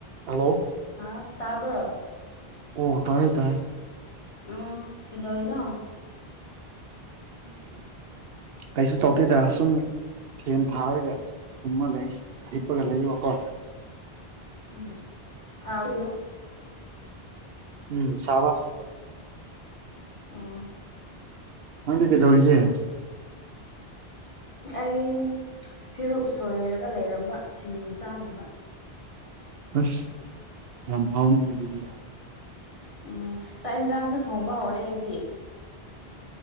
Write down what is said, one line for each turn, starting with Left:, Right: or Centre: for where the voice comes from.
Right: hello
Left: ꯍꯥ ꯇꯕ
Right: ꯑꯣ ꯇꯥꯏꯌꯦ ꯇꯥꯏ
Left: ꯎ ꯍꯗꯋꯅ
Right: ꯀꯩꯁꯨ ꯇꯧꯗꯦꯗ ꯁꯨꯝ ꯐꯦꯟ ꯊꯥꯔꯒ ꯇꯨꯝꯃ ꯂꯩ ꯂꯩ ꯏꯄꯒꯂ ꯏ ꯋꯥ ꯀꯣ
Left: ꯎꯝꯔꯣ
Right: ꯎꯝ ꯆꯕ
Left: ꯑꯣ
Right: ꯍꯪ ꯀꯗꯧꯔꯤꯒ
Left: ꯑꯩ ꯐꯤꯔꯨꯨꯞ ꯁꯣꯏꯔꯒ ꯂꯩꯔꯝꯕ ꯁꯤꯡꯖꯨ ꯆꯥꯅꯕ
Right: ꯑꯁ ꯌꯥꯝ ꯍꯥꯎꯅꯤꯅꯦ ꯑꯗꯨꯒꯤ
Left: ꯎꯝ ꯆꯥꯛ ꯌꯦꯟꯁꯥꯡꯁꯨ ꯊꯣꯡꯕ ꯍꯧꯔꯦ ꯑꯩꯗꯤ